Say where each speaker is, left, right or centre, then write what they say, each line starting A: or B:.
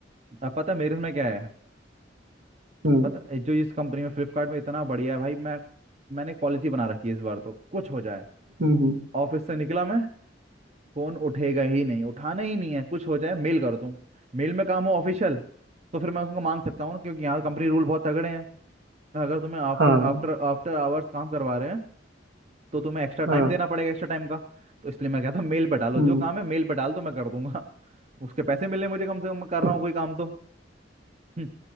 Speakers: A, on the right; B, on the right.
A: अब पता है मेरे में क्या है
B: हम्म
A: पता है, जो इस कंपनी में फ्लिपकार्ट में इतना बढ़िया है भाई मैं मैंने एक पॉलिसी बना रखी है इस बार तो कुछ हो जाए
B: हम्म हम्म,
A: ऑफिस से निकला मैं फोन उठेगा ही नहीं उठाना ही नहीं है कुछ हो जाए मेल करो तुम मेल में काम हो ऑफिशियल तो फिर मैं उसको मांग सकता हूँ ना, क्योंकि यहाँ कंपनी रूल बहुत तगड़े हैं अगर तुम्हें आफ्टर
B: हाँ
A: आफ्टर आफ्टर आवर्स काम करवा रहे हैं तो तुम्हें एक्स्ट्रा टाइम
B: हाँ
A: देना पड़ेगा एक्स्ट्रा टाइम का तो इसलिए मैं कहता हूँ मेल पे डालो
B: हम्म
A: जो काम है मेल पे डाल दो मैं कर दूंगा <laughs> उसके पैसे मिले मुझे कम से कम मैं कर
B: <laughs>
A: रहा हूँ कोई काम तो हम्म,